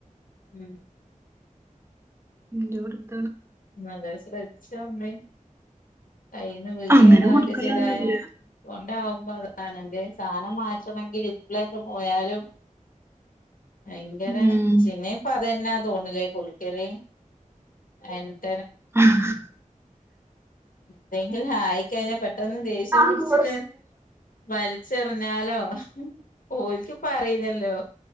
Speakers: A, on the left; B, on the right.
A: ഉം.. !
B: ന്റോഡ്.
A: നല്ല ശ്രദ്ധി ചോണ്. കൈ ന്ന് വിഗ
B: അങ്ങനെ
A: ഏതാക്കെ
B: കൊടുക്കലൊന്നുല്ല
A: ചെയ്തായ കൊണ്ടാവുമ്പോ <unintelligible> സ്ഥാനം മാറ്റണെങ്കിൽ ഇപ്പോഴെക്കെ പോയാലും- ഭയങ്കര
B: ഉം
A: ചിന്നെ ഇപ്പ അതന്നാ തോന്നലേ കൊടുക്കല് അതന്നെ.
B: ആ ആ
A: എന്തെങ്കിലും ആയിക്കഴിഞ്ഞാ- പെട്ടെന്ന് ദേഷ്യം
B: ഉം
A: പിടിച്ചിട്ട്. വൽച്ചെർഞ്ഞാലോ ഓൽക്ക് പ്പൊ അറീലല്ലൊ